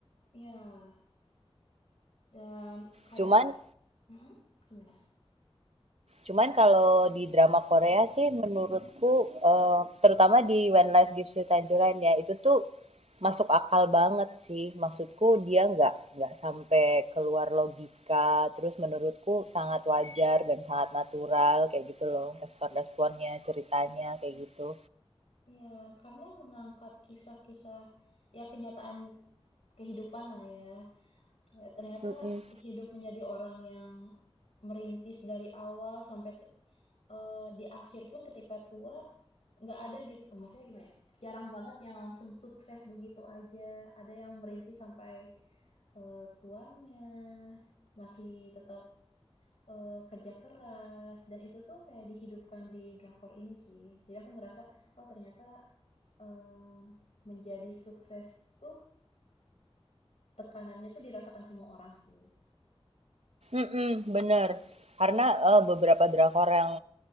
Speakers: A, on the left; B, on the right.
A: Ya, dan kadang,
B: Cuman
A: Mm-mm, gimana?
B: Cuman kalau di drama Korea sih menurutku, eee, terutama di When Life Gives You Tangerine ya, itu tuh masuk akal banget sih. Maksudku dia nggak nggak sampai keluar logika, terus menurutku sangat wajar dan sangat natural kayak gitu loh, respon-responnya, ceritanya, kayak gitu.
A: ya karena mengangkat kisah-kisah ya kenyataan kehidupan lah ya. Kayak ternyata
B: Mhm.
A: hidup menjadi orang yang merintis dari awal sampai t- eh, di akhir pun ketika tua nggak ada gitu. eh, Maksudnya gimana ya? Jarang banget yang langsung sukses begitu aja. Ada yang merintis sampai eh, tuanya masih tetap eh, kerja keras dan itu tuh kayak dihidupkan di drakor ini sih. Jadi aku ngerasa oh ternyata Mmm, menjadi sukses tuh tekanannya tuh dirasakan semua orang sih.
B: Mhm, bener. Karena, eee, beberapa drakor yang